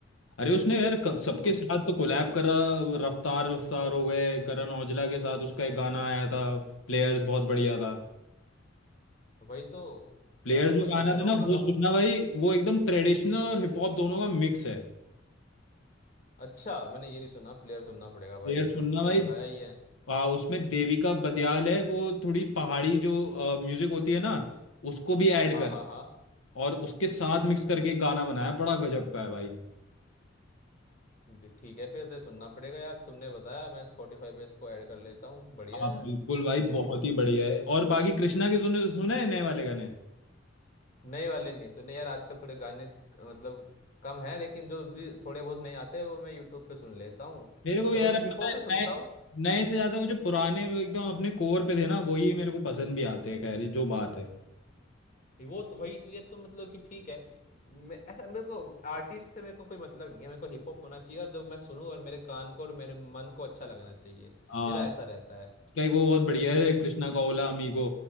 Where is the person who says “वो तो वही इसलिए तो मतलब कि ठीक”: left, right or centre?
Left